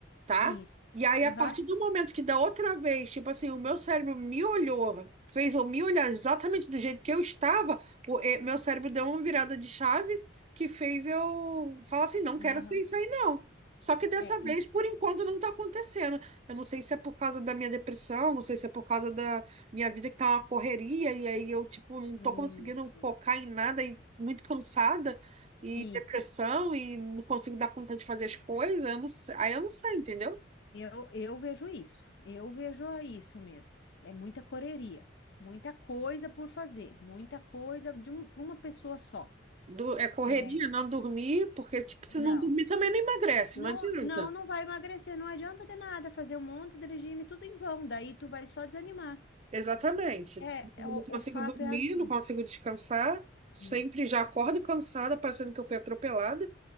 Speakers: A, on the right (about 35°); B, on the left (about 60°).
A: tá?
B: Isso.
A: E aí,
B: Aham.
A: a partir do momento que da outra vez, tipo assim, o meu cérebro me olhou, fez eu me olhar exatamente do jeito que eu estava o- e- meu cérebro deu uma virada de chave que fez eu falar assim, não quero
B: Aham.
A: ser isso aí, não. Só que dessa
B: É,
A: vez,
B: i-
A: por enquanto, não está acontecendo. Eu não sei se é por causa da minha depressão, não sei se é por causa da minha vida que tá uma correria, e aí eu, tipo, não
B: isso.
A: tô conseguindo focar em nada e muito cansada, e depressão,
B: Isso.
A: e não consigo dar conta de fazer as coisas, eu não sei, aí eu não sei, entendeu?
B: Eu, eu vejo isso, eu vejo isso mesmo. É muita correria, muita coisa por fazer, muita coisa de um, para uma pessoa só.
A: Du- é correria,
B: É,
A: não dormir, porque, tipo, se
B: não,
A: não dormir também não emagrece,
B: não,
A: não adianta.
B: não, não vai emagrecer, não adianta de nada fazer um monte de regime, tudo em vão, daí tu vai só desanimar.
A: Exatamente.
B: É, é,
A: Não
B: o,
A: consigo
B: o fato
A: dormir,
B: é assim,
A: não consigo descansar. Sempre
B: isso.
A: já acordo cansada, parecendo que eu fui atropelada.